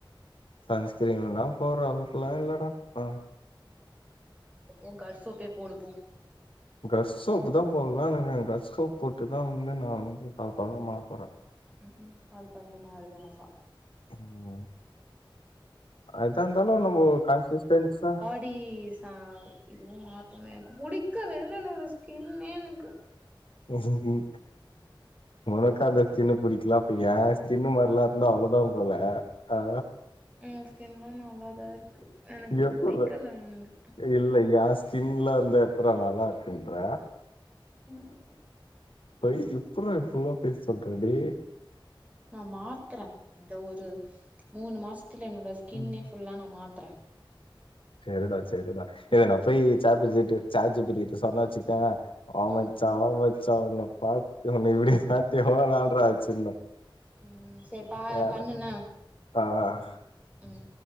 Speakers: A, on the left; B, on the right.
A: சன்ஸ்கிரீன் எல்லா போடுற அளவுக்குல்லா இல்லடா ஆ
B: எப்போவு கர்ஸ்சோப்பே போடு போ
A: கஷ் சோப் தா போடலான்னு இருக்க கஸ் சோப் போட்டுதா வந்து நா வந்து பள பளனு மாற போற
B: ம் ம் பால் பண்ண மாதிரிதா நல்லா
A: ம் எதா இருந்தாலும் நம்ம கன்சிஸ்டன்ஸா
B: அடி சா இதுவும் மாத்தமே எனக்கு புடிக்கவே இல்ல எனக்கு ஸ்கின்னே எனக்கு
A: ம் ம் உனக்கு அந்த ஸ்கின்னு புடிக்கலா அப்ப எய ஸ்கின்னு மாதிரி எல்லா இருந்தா அவ்ளவுதா போல ஆ
B: ம் உ ஸ்கின்லா நல்லா தா இருக்கு எனக்கு
A: எப்புற்றா
B: புடிக்கல வந்து
A: இல்ல யாஷ் சிங்கிளா இருந்தா எப்டிடா நல்லா இருக்குன்ற
B: ம்
A: ஏ எப்புரா இப்புல்லா பொய் சொல்ற டே
B: நா மாத்றே இந்த ஒரு மூணு மாசத்துல என்னோட ஸ்கின்னே
A: ம்,
B: ஃபுல்லா நா மாத்றே
A: சேரிடா சேரிடா ஏ நா போய் சாப்பிச்சட்டு சாட்ஜிபிடி ட சொன்னே வச்சுக்க வா
B: ம்
A: மச்சா வா மச்சா உன்ன பாத்து உன்ன இப்டி பாத்து எவ்ளோ நாள்றா ஆச்சுன்னு
B: ம் சேரி பா
A: வே
B: பண்ணு என்ன
A: ஆஹ்
B: ம்